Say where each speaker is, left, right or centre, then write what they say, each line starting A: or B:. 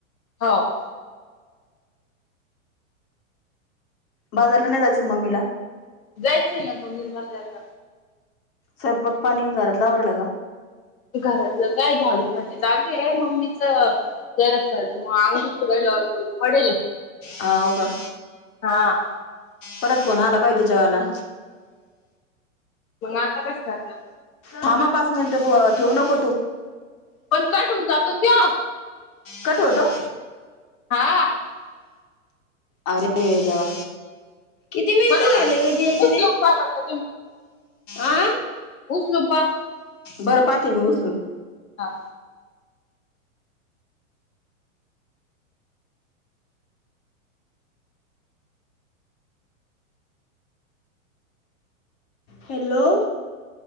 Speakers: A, on the left (about 75°); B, on the left (about 30°).
A: होव
B: बाजारला नाही जायचं मम्मीला.
A: जायचंय ना मम्मी बाजारला.
B: स्वयंपाक पाणी घरात आवरलं का?
A: घरातलं काय झाडू फरशी आहे चालू आहे मम्मीच. जरास मग अंग दुखतय ग मग धूप पडेल.
B: हो का.
A: हा हा.
B: परत फोन आला बाइ त्याच्यावाला.
A: मग आता कस करता.
B: थांब पाच मिनिट ठेवू नको तू.
A: पण कट होऊन जातो न त्यो‌.
B: कट होतो.
A: हा.
B: अरे देवा किती मिनिट
A: बर
B: झाले
A: ऊस
B: ग जिया ददी.
A: ऊस लोंबपा बर का
B: आं
A: उचलुन पहा.
B: बरं पाहते मी उचलून.
A: हां.
B: हॅलो!